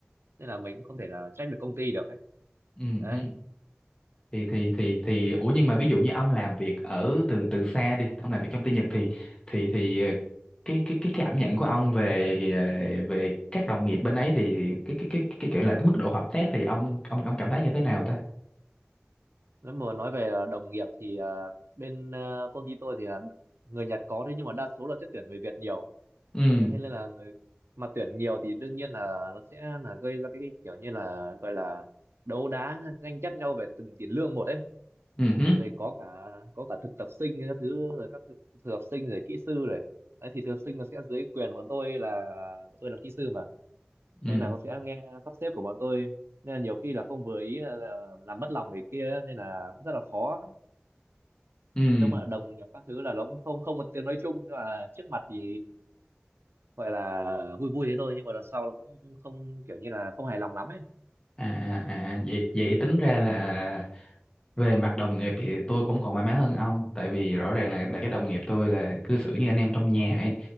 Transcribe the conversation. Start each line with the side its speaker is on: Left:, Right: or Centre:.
Right: nên là mình cũng không thể là trách được công ty được ấy
Left: ừ
Right: đấy
Left: hứ. thì thì thì thì ủa nhưng mà ví dụ như ông làm việc ở từ từ xa đi ông làm việc trong tư nhật thì thì thì ờ, cái cái cái cảm nhận của ông về ờ, về các đồng nghiệp bên ấy thì cái cái cái cái, cái, cái là cái mức độ hợp tác thì ông ông ông cảm thấy như thế nào ta
Right: nếu mà nói về à, đồng nghiệp thì à, bên à, công ty tôi thì là người Nhật có thế nhưng mà đa số là sẽ tuyển người Việt nhiều
Left: ừ
Right: đấy, thế nên là người mà tuyển nhiều thì đương nhiên là nó sẽ là gây ra cái, cái kiểu như là gọi là đấu đá tranh chấp nhau về từng tiền lương một ấy
Left: ừ hứ,
Right: rồi có cả có cả thực tập sinh các thứ rồi các thực, thực tập sinh rồi kỹ sư rồi đấy thì thực tập sinh nó sẽ dưới quyền bọn tôi là bọn tôi là kỹ sư mà
Left: ừ
Right: nên là nó sẽ nghe sắp xếp của bọn tôi nên là nhiều khi là không vừa ý là, là làm mất lòng người kia nên là cũng rất là khó
Left: ừ
Right: nên đúng là đồng nghiệp các thứ là nó cũng không không có tiếng nói chung nhưng mà trước mặt thì gọi là vui vui thế thôi nhưng mà đằng sau nó cũng không kiểu như là không hài lòng lắm ấy
Left: à à à, vậy vậy tính ra là về mặt đồng nghiệp thì tôi cũng còn may mắn hơn ông tại vì rõ ràng là là cái đồng nghiệp tôi là cư xử như anh em trong nhà ấy